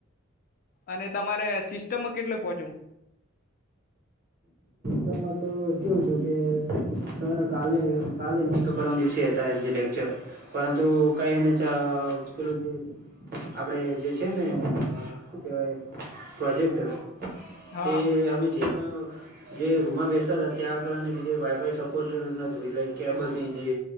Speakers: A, on the left; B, on the right.
A: અને તમારે સિસ્ટમમાં કેટલું પોહોંચયુ.
B: તે માં તો કેવું છું કે, સર કાલે કાલે નહી તો પરમ દિવસે હતા એ જે લેક્ચર. પરંતુ કંઈ એને ચા <unintelligible> લ જે. આપડે જે છે ને અ શું કેવાય પ્રોજેક્ટર.
A: હા
B: તે આવી જે પણ. જે રૂમમાં બેતા હતા ત્યાં આગળ વાયફાઈ સપોર્ટ નતું એટલે કેબથી જે.